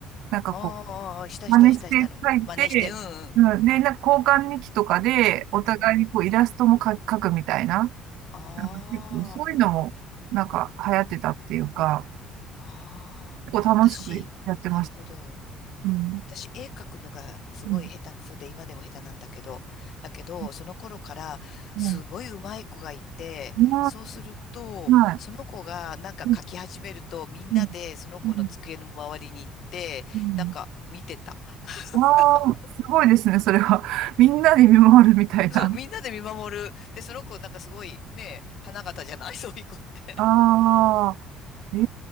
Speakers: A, on the right; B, on the left.
A: なんかこ
B: ああ、したしたしたした。
A: う、真似して書いて、
B: あの真似して、うんうん。
A: うん、で、なんか交換日記とかで、
B: うんうん。
A: お互いにこうイラストもか描くみたいな、
B: あ
A: なんか結構そういうのも、なんか流行ってたっていうか、
B: あ、ああ。
A: 結構楽しくやってました。
B: 私、なるほど。
A: うん。
B: 私、絵描くのがすごい下手くそで、
A: うん。
B: 今でも下手なんだけど、だけど、
A: うん。
B: その頃から、
A: う
B: すごい上手い子がいて、
A: んう
B: そうすると、
A: んはい。
B: その子がなんか描き始めると、
A: うん。
B: みんなでその子の机の周りに行って、
A: うん。うん。うん
B: なんか見てた。<laughs>
A: わあ、すごいですね、それは。<laughs> みんなで見守るみたいな。
B: そう、みんなで見守る。で、その子なんかすごいね、花形じゃない <laughs> そういう子って。
A: ああ、え